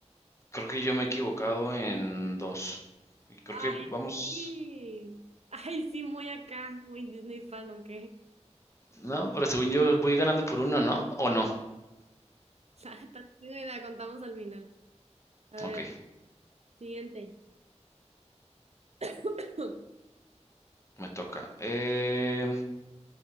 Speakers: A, on the left; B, on the right.
A: Creo que yo me he equivocado en dos.
B: <laughs>
A: Y creo
B: Ay,
A: que vamos...
B: sí. Ay, sí, muy acá. Muy Disney fan, ¿ok? <laughs>
A: No, pero según yo voy ganando por uno, ¿no? ¿O no?
B: La neta, No tengo idea. Contamos al final. A ver,
A: Ok,
B: siguiente. <coughs> <clears throat>
A: me toca. Eh,